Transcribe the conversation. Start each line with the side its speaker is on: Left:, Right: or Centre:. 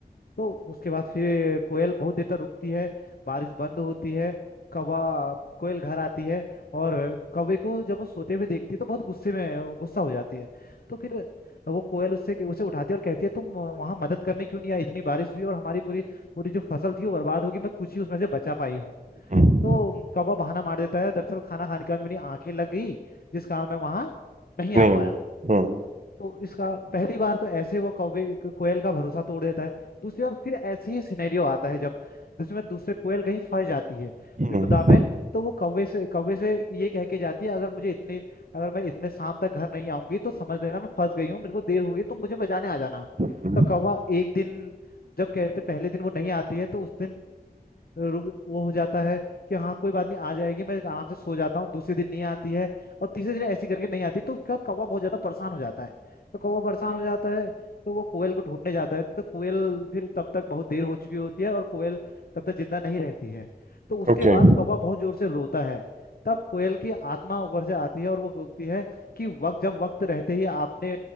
Left: तो उसके बाद फिर कोयल बहुत देर तक रुकती है बारिश बंद होती है कौवा कोयल घर आती है और कौवे को जब वो सोते हुए देखती है तो बहुत गुस्से में गुस्सा हो जाती है तो फिर वो कोयल उससे उसे उठाती है और कहती है तुम वहां मदद करने क्यों नहीं आई इतनी बारिश हुई और हमारी पूरी पूरी जो फसल थी वो बर्बाद होगी मैं कुछ ही उसमें से बचा पाई हूँ
Right: हम्म,
Left: तो कौवा बहाना मार देता है दरअसल खाना खाने के बाद मेरी आंखें लग गई जिस कारण मैं वहां नहीं आ
Right: नहीं
Left: पाया
Right: अन्ना हम्म,
Left: तो इसका पहली बार तो ऐसे वो कौवे कोयल का भरोसा तोड़ देता है दूसरी बार फिर ऐसे ही सिनेरियो आता है जब जिसमें दूसरे कोयल कहीं फंस जाती है
Right: हम्म,
Left: विपदा में तो वो कौवे से कौवे से ये कह के जाती है अगर मुझे इतने अगर मैं इतने शाम तक घर नहीं आऊंगी तो समझ लेना मैं फंस गई हूँ मेरे को देर हो गई तो मुझे बचाने आ जाना
Right: हम्म,
Left: तो कौवा एक दिन जब कहते पहले दिन वो नहीं आती है तो उस दिन रुक वो हो जाता है कि हाँ कोई बात नहीं आ जाएगी मैं आराम से सो जाता हूँ दूसरे दिन नहीं आती है और तीसरे दिन ऐसी करके नहीं आती तो उसके बाद कौवा बहुत ज्यादा परेशान हो जाता है तो कौवा परेशान हो जाता है तो वो कोयल को ढूंढने जाता है तो कोयल फिर तब तक बहुत देर हो चुकी होती है और कोयल तब तक जिंदा नहीं रहती है तो उसके
Right: ओके
Left: बाद कौवा बहुत जोर से रोता है तब कोयल की आत्मा ऊपर से आती है और वो बोलती है कि वक्त जब वक्त रहते ही आपने